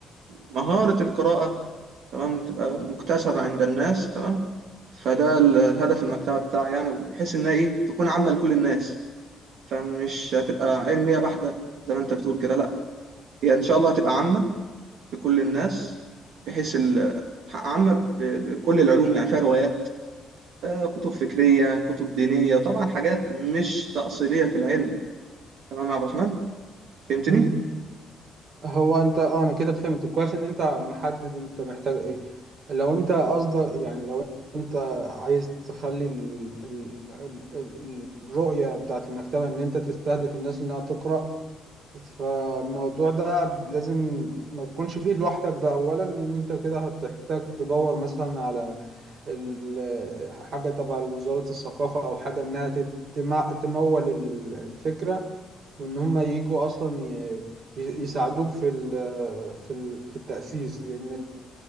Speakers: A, on the right; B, on the right.
A: مهارة القراءة تمام تبقى مكتسبة عند الناس تمام فده ال- الهدف المكتبة بتاعي يعني بحيث انها ايه تكون عامة لكل الناس فمش هتبقى علمية بحتة زي ما انت بتقول كده لا هي ان شاء الله هتبقى عامة لكل الناس بحيث ال- عامة ب- بكل العلوم يعني فيها روايات آه، كتب فكرية كتب دينية طبعا حاجات مش تأصيلية في العلم تمام يا عبد الرحمن فهمتني؟
B: مم. هو انت اه انا كده فهمت كويس ان انت محدد انت محتاج ايه لو انت قصدك يعني لو انت عايز تخلي ال... ال... ال... ال- الرؤية بتاعت المكتبة ان انت تستهدف الناس انها تقرأ فالموضوع ده لازم ما تكونش فيه لوحدك ده اولا لان انت كده هتحتاج تدور مثلا على ال- حاجة تبع وزارة الثقافة او حاجة انها تتم- تمول ال- الفكرة وان هم يجوا اصلا ي- ي- يساعدوك في ال- في ال- في التأسيس لان